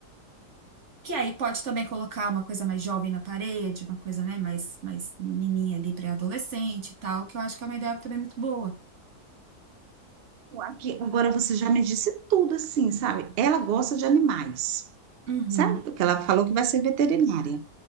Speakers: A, on the right (about 45°); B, on the right (about 75°).
A: que aí pode também colocar uma coisa mais jovem na parede, uma coisa, né, mais, mais menininha ali, pré-adolescente e tal, que eu acho que é uma ideia também muito boa.
B: Aqui, agora você já me disse tudo assim, sabe? Ela gosta de animais,
A: Uhum.
B: sabe? Porque ela falou que vai ser veterinária.